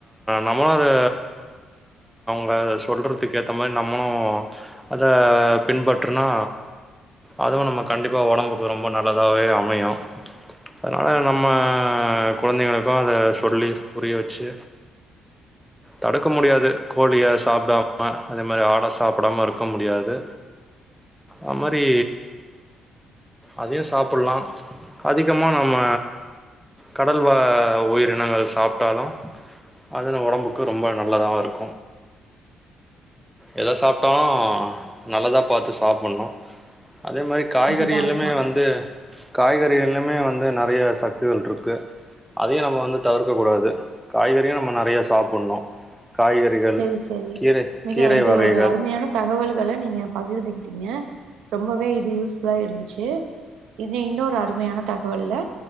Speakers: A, in the centre; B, on the right.
A: நம்ம அது க சொல்றதுக்கு ஏத்த மாரி நம்மளு அத பின்பற்றுனா அதுவு நம்ம கண்டிப்பா ஒடம்புக்கு ரொம்ப நல்லதாவே அமையு அதனால நம்ம குழந்தைங்களுக்கு அதை சொல்லி புரிய வச்சு தடுக்க முடியாது கோழிய சாப்பிடாம அதே மாரி ஆட சாப்டாம இருக்க முடியாது அது மாரி அதையு சாப்புல்லா அதிகமாக நம்ம கடல்வாழ் உயிரினங்கள் சாப்ட்டாலு அதில் ஒடம்புக்கு ரொம்ப நல்லத இருக் எத சாப்பிட்டாலு நல்லதா பாத்து சாப்பணு அதே மாரி காய்கறிகலுமே
B: அதுதா அதுதா
A: வந்து காய்கறிகலுமே வந்து நெறைய சக்திகள் இருக்கு அதையு நம்ம வந்து தவிர்க்க கூடாது காய்கறியு நம்ம நெறைய சாப்பணு காய்கறிகள்
B: செரி செரி
A: கீரை
B: மிக இது
A: வகைகள்
B: ஒரு அருமையான தகவல்கள நீங்க பகிர்ந்துக்கிட்டீங்க ரொம்பவே இது யூஸ்புல்லா இருந்துச்சு இது இன்னு ஒரு அருமையான தகவல்ல